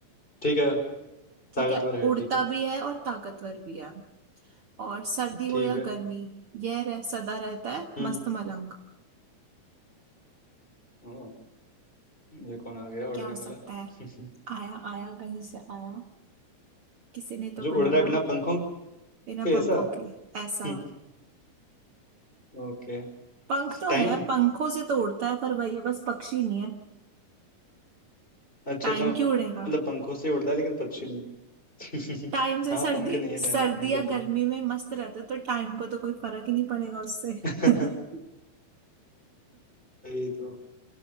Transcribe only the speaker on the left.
ठीक है
ताकतवर
है
ठीक है
ठीक
है
हम्म
ओ, ये कौन आ गया उड़ने
वाला
<laughs>
जो
उड़ रहा है बिना पंखों के
ऐसा
हम्म ओके
टाइम
अच्छा
अच्छा मतलब
पंखों से उड़ता है लेकिन पक्षी नहीं <laughs>
हाँ
पंख नहीं है
टाइम मतलब
पंख
<laughs>
वही तो